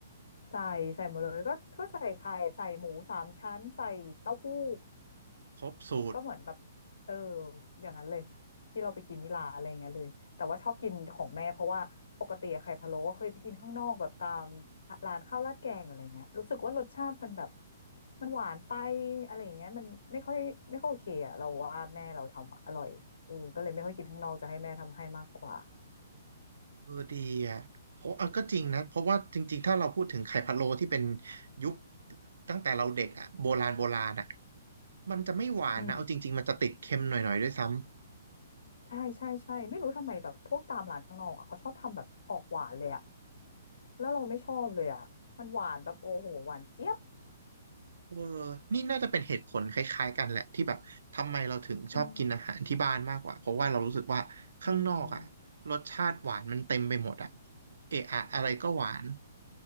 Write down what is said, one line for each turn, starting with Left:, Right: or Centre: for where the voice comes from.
Left: ใส่ใส่หมดเลยก็ก็ใส่ไข่ใส่หมูสามชั้นใส่เต้าหู้
Right: ครบสูตร
Left: ก็เหมือนแบบเอออย่างนั้นเลยที่เราไปกินที่ร้านอะไรอย่างเงี้ยเลยแต่ว่าชอบกินของแม่เพราะว่าปกติอะไข่พะโล้ก็เคยไปกินข้างนอกแบบตามร้านข้าวราดแกงหรืออะไรเงี้ยรู้สึกว่ารสชาติมันแบบมันหวานไปอะไรอย่างเงี้ยมันไม่ค่อยไม่ค่อยโอเคอะเราว่าแม่เราทำอร่อยเออก็เลยไม่ค่อยกินข้างนอกจะให้แม่ทำให้มากกว่า
Right: เออดีอ่ะเพราะเออก็จริงนะเพราะว่าจริงๆถ้าเราพูดถึงไข่พะโล้ที่เป็นยุคตั้งแต่เราเด็กอ่ะโบราณโบราณอ่ะมันจะไม่หวานนะเอาจริงๆมันจะติดเค็มหน่อยๆด้วยซ้ำ
Left: อืม ใช่ใช่ใช่ไม่รู้ทำไมแบบพวกตามร้านข้างนอกอะเขาชอบทำแบบออกหวานเลยอะแล้วเราไม่ชอบเลยอะมันหวานแบบโอ้โหหวานเจี๊ยบ
Right: เออนี่น่าจะเป็นเหตุผลคล้ายๆกันแหละที่แบบทำไมเราถึงชอบกินอาหารที่บ้านมากกว่าเพราะว่าเรารู้สึกว่าข้างนอกอ่ะรสชาติหวานมันเต็มไปหมดอ่ะ
Left: อืมอืม
Right: เอะอะอะไรก็หวาน